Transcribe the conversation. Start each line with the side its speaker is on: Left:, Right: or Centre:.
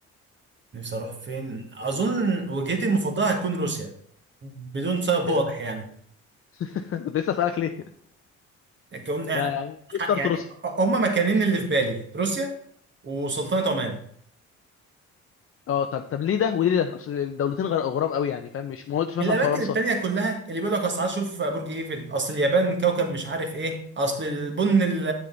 Right: نفسي اروح فين اظن وجهتي المفضله هتكون روسيا بدون سبب
Left: ايه
Right: واضح
Left: ده
Right: يعني
Left: <laughs> كنت لسه اسالك ليه
Right: كون
Left: يعني يعني ليه اخترت
Right: ح- يعني
Left: روسيا
Right: هما مكانين اللي في بالي روسيا وسلطنه عمان
Left: اه طب طب ليه ده وليه ده اصل الدولتين غر- غراب قوي يعني فاهم مش ما قلتش مثلا
Right: الاماكن
Left: فرنسا
Right: التانية كلها اللي بيقول لك اصل عايز اشوف برج ايفل اصل اليابان كوكب مش عارف ايه اصل البن ال-